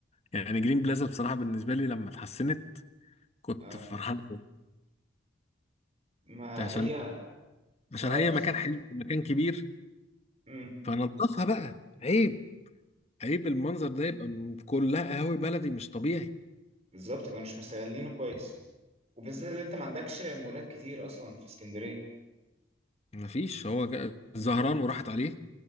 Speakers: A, on the left (about 35°); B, on the right (about 35°).
A: يعني جرين بلازا بصراحه بالنسبه لي لما اتحسنت كنت
B: اه
A: فرحان قوي.
B: ما
A: عشان
B: هي
A: عشان
B: اه
A: هي
B: بالظبط
A: مكان حلو ومكان كبير
B: امم
A: فنضفها بقى عيب عيب المنظر ده يبقى م- كلها قهاوي بلدي مش طبيعي
B: بالظبط كانوا مش مستغلينه كويس وبالذات اللي انت ما عندكش مولات كتير اصلا في اسكندريه
A: مفيش هو جا- الزهران وراحت عليه